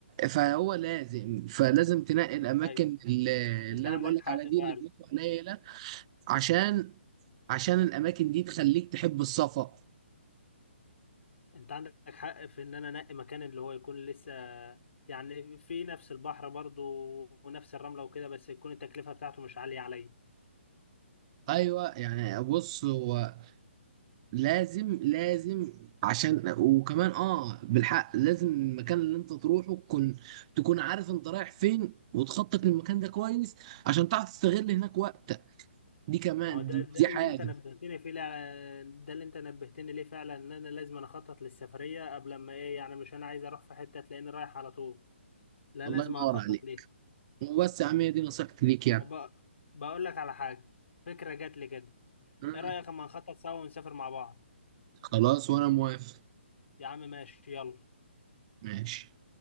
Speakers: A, on the right; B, on the left.
A: فهو لازم فلازم تنقي الاماكن
B: أيوة
A: اللي,
B: أنت
A: اللي
B: عندك
A: انا بقول لك
B: حق
A: عليها
B: فعلا
A: دي اللي فلوسها قليله عشان عشان الاماكن دي تخليك تحب السفر
B: أنت عندك حق في إن أنا أنقي مكان اللي هو يكون لسه يعني في نفس البحر برضو ونفس الرملة وكده بس يكون التكلفة بتاعته مش عالية عليا
A: ايوه يعني بص هو لازم لازم عشان وكمان اه بالحق لازم المكان اللي انت تروحه تكون تكون عارف انت رايح فين وتخطط للمكان ده كويس عشان تعرف تستغل هناك وقتك دي كمان
B: ما هو ده
A: دي,
B: ده
A: دي
B: اللي
A: حاجه
B: انت نبهتني فيه لع- ده اللي انت نبهتني ليه فعلا ان انا لازم أنا اخطط للسفريه قبل ما ايه يعني مش انا عايز اروح في حته تلاقيني رايح على طول لا لازم
A: الله ينور
B: اخطط
A: عليك
B: ليه
A: وبس يا عم هي دي نصيحتي ليك يعني
B: ب- بقول لك على حاجه فكره جات لي كده
A: مم.
B: ايه رايك اما نخطط سوا ونسافر مع بعض
A: خلاص وانا موافق
B: يا عم ماشي يلا
A: ماشي